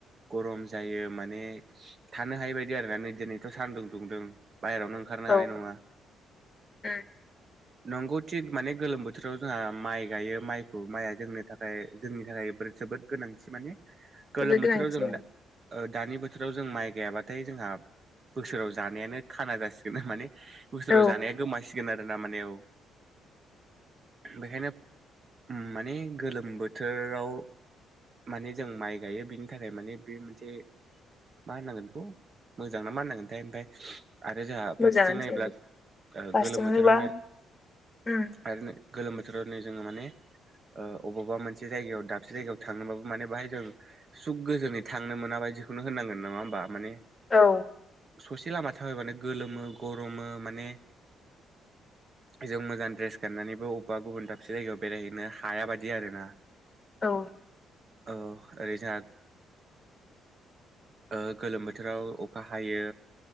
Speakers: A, on the right (about 40°); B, on the left (about 25°).
A: गरम जायो माने थानो हायै बायदि आरोना नै दिनैथ' सानदुं दुंदों बायेरावनो ओंखारनो
B: औ
A: हानाय नङा
B: उम
A: नंगौ थिग माने गोलोम बोथोराव जोंहा माइ गायो माइखौ माइआ जोंनो थाखाय जोंनि थाखाय बो जोबोद गोनांथि माने गोलोम
B: जोबोद
A: बोथोराव
B: गोनांथि
A: जों
B: ओं
A: दा ओ दानि बोथोराव जों माइ गायाबाथाय जोंहा बोसोराव जानायानो खाना जासिगोन माने बोसोराव
B: औ
A: जानाया गोमासिगोन आरो ना माने औ बेखायनो माने गोलोम बोथोराव माने जों माइ गायो बिनि थाखाय माने बे मोनसे मा होननांगोन बेखौ मोजां ना मा होननांगोनथाय ओमफ्राय आरो जोंहा
B: मोजाङानोसै
A: फारसेथिं नायोब्ला ओ
B: फारसेथिंनिबा
A: गोलोम बोथोरावनो
B: उम
A: आरो गोलोम बोथोराव नै जोङो माने ओ अबावबा मोनसे जायगायाव दाबसे जायगायाव थांनोबाबो माने बाहाय जों सुख गोजोनै थांनो मोना बायदिखौनो होननांगोन नङा होमबा माने
B: औ
A: ससे लामा थाबायबानो गोलोमो गरमो माने जों मोजां ड्रेस गाननानैबो अबेबा गुबुन दाबसे जायगायाव बेरायहैनो हाया बादि आरो ना
B: औ
A: औ ओरै जा ओ गोलोम बोथोराव अखा हायो